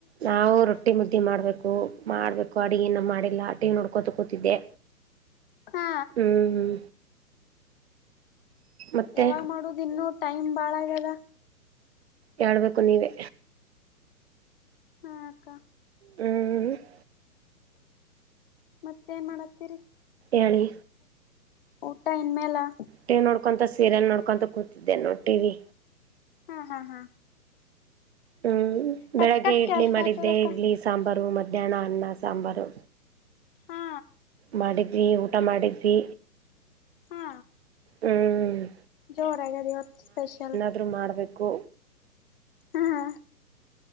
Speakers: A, on the right; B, on the left.
A: ನಾವು ರೊಟ್ಟಿ ಮುದ್ದಿ ಮಾಡ್ಬೇಕು. ಮಾಡ್ಬೇಕು ಅಡಗಿ ಇನ್ನ ಮಾಡಿಲ್ಲ ಟಿವಿ ನೋಡ್ಕೋತ ಕುತಿದ್ದೆ
B: ಹಾ
A: ಹ್ಮ್ ಮತ್ತೆ
B: ಯಾವಾಗ ಮಾಡುದ ಇನ್ನು ಟೈಮ್ ಬಾಳ ಆಗ್ಯದ
A: ಹೇಳ್ಬೇಕು ನೀವೇ
B: ಹಾ ಅಕ್ಕ
A: ಹ್ಮ್ <unintelligible>
B: ಮತ್ತೇನ್ ಮಾಡತ್ತೀರಿ.
A: ಏಳಿ.
B: ಊಟ ಇನ್ನಿಲ್ಲ.
A: ಟಿವಿ ನೋಡ್ಕೊಂತ ಸೀರಿಯಲ್ ನೋಡ್ಕೊಂತ ಕೂತಿದ್ದೆ ನೋಡ ಟಿವಿ
B: ಹಾ ಹಾ ಹಾ.
A: ಹ್ಮ್
B: ಕಟ್
A: ಬೆಳಗ್ಗೆ
B: ಕಟ್
A: ಇಡ್ಲಿ
B: ಕೆಲ್ಸ
A: ಮಾಡಿದ್ದೆ
B: ಆತದಕ್ಕ
A: ಇಡ್ಲಿ ಸಾಂಬಾರು ಮಧ್ಯಾಹ್ನ ಅನ್ನ ಸಾಂಬಾರು.
B: ಹಾ.
A: ಮಾಡಿದ್ವಿ ಊಟ ಮಾಡಿದ್ವಿ.
B: ಹಾ.
A: ಹ್ಮ್.
B: ಜೋರಾಗ್ಯಾದ್ ಇವತ್ ಸ್ಪೇಷಲ್.
A: <unintelligible> ಮಾಡಬೇಕು.
B: ಹಾ ಹಾ.